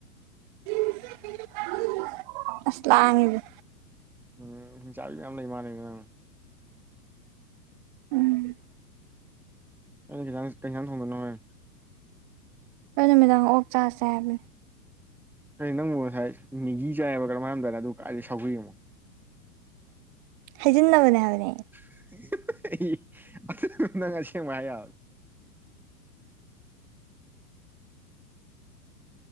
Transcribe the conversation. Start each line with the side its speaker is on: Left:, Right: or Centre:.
Right: <unintelligible> ꯑꯁ ꯂꯥꯡꯉꯤꯗ
Centre: ꯎꯝ ꯍꯤꯡꯆꯥꯕꯤ ꯌꯥꯝ ꯂꯩ ꯃꯥꯥꯟꯅꯦ ꯅꯪ
Right: ꯎꯝ
Centre: ꯑꯩꯅ ꯈꯤꯇꯪ <unintelligible> ꯊꯣꯡꯗꯣꯏꯅꯣ ꯍꯣꯏ
Right: ꯑꯩ ꯅꯨꯃꯤꯗꯥꯡ ꯑꯣꯛ ꯆꯥꯁꯦ ꯍꯥꯏꯕꯅꯤ
Centre: ꯀꯩ ꯅꯪꯕꯨ ꯉꯁꯥꯏ ꯃꯦꯒꯤ ꯆꯥꯏ ꯍꯥꯏꯕꯔꯥ ꯀꯩꯅꯣꯝ ꯍꯥꯏꯔꯝꯗꯥꯏꯅꯦ ꯗꯨꯒꯥ ꯀꯥꯏꯗꯩꯩ ꯁꯧꯒꯔꯤ
Right: ꯍꯩꯖꯤꯟꯅꯕꯅꯦ ꯍꯥꯏꯕꯅꯦ
Centre: <unintelligible> ꯅꯪ ꯑꯁꯦꯡꯕ ꯍꯥꯏ